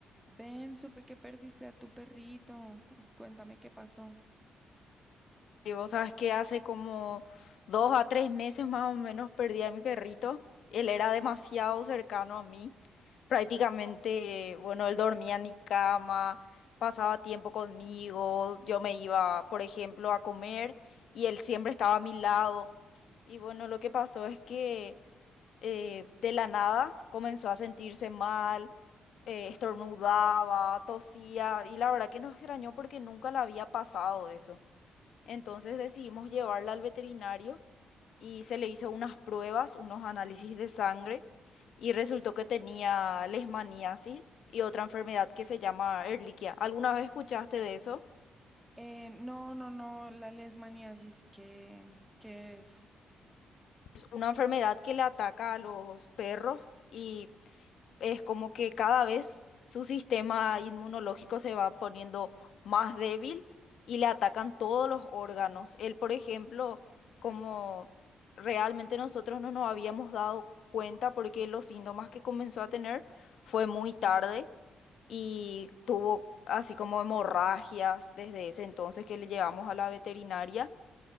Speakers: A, in the centre; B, on the left.
A: Ven, supe que perdiste a tu perrito. <laughs> Cuéntame qué pasó.
B: Y vos sabes que hace como dos a tres meses más o menos perdí a mi perrito. Él era demasiado cercano a mí. Prácticamente, bueno, él dormía en mi cama, pasaba tiempo conmigo. Yo me iba, por ejemplo, a comer y él siempre estaba a mi lado. Y bueno, lo que pasó es que eh, de la nada comenzó a sentirse mal, eh, estornudaba, tosía y la verdad que nos extrañó porque nunca le había pasado eso. Entonces decidimos llevarla al veterinario y se le hizo unas pruebas, unos análisis de sangre y resultó que tenía leishmaniasis y otra enfermedad que se llama Ehrlichia. ¿Alguna vez escuchaste de eso?
A: Eh, no, no, no, la lesmaniasis, ¿qué, qué es?
B: Es una enfermedad que le ataca a los perros y es como que cada vez su sistema inmunológico se va poniendo más débil y le atacan todos los órganos. Él, por ejemplo, como realmente nosotros no nos habíamos dado cuenta porque los síntomas que comenzó a tener fue muy tarde y tuvo así como hemorragias desde ese entonces que le llevamos a la veterinaria